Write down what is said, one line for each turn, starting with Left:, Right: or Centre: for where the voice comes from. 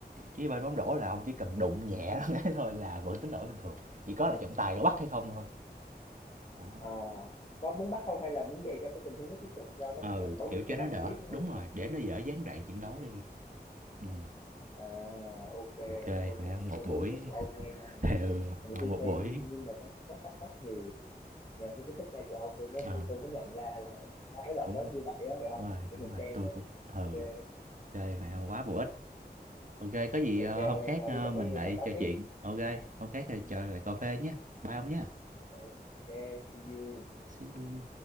Right: Chứ bên bóng rổ là ông chỉ cần đụng nhẹ <laughs> cái thôi là vẫn tính lỗi bình thường, chỉ có là trọng tài có bắt hay không thôi. Đấy.
Left: à, có muốn bắt không hay là muốn để cho cái tình huống nó tiếp tục cho nó
Right: Ừ,
Left: cái
Right: ừ,
Left: trận đấu
Right: kiểu
Left: nó
Right: cho
Left: sôi
Right: nó
Left: động
Right: đỡ,
Left: tiếp nữa
Right: đúng
Left: thôi đúng
Right: rồi,
Left: không
Right: để nó dở gián đoạn trận đấu đi. Ừm,
Left: à ok
Right: OK,
Left: công
Right: mẹ
Left: nhận cảm
Right: một
Left: ơn
Right: buổi
Left: mấy ý thức của ông hôm nay
Right: <laughs>
Left: nha hẹn
Right: ừ,
Left: gì hẹn gì tôi
Right: một
Left: xem
Right: buổi
Left: nhưng mà tôi cũng rất thắc mắc nhiều nhờ mấy cái thích này của ông tôi mới <laughs>
Right: ờ,
Left: tôi mới nhận ra là sao cái đoạn
Right: đúng
Left: đó
Right: rồi,
Left: như vậy á hiểu không kiểu
Right: đúng
Left: mình
Right: rồi,
Left: xem
Right: tôi
Left: á
Right: cũng ừ,
Left: ok
Right: OK, mẹ quá bổ ích. OK, có gì,
Left: ok
Right: ờ, hôm
Left: hồi
Right: khác,
Left: nào nào
Right: ờ,
Left: đi cà
Right: mình
Left: phê rồi
Right: lại
Left: bà tám
Right: trò
Left: tiếp
Right: chuyện. OK, hôm khác thì
Left: Ừ,
Right: chờ lại
Left: ừ.
Right: cà phê nhé. Bye ông nhé.
Left: ừ. ok see you
Right: See you.